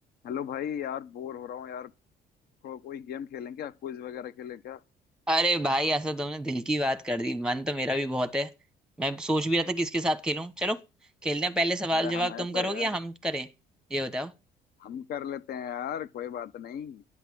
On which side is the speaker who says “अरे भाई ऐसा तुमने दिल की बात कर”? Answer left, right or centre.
Centre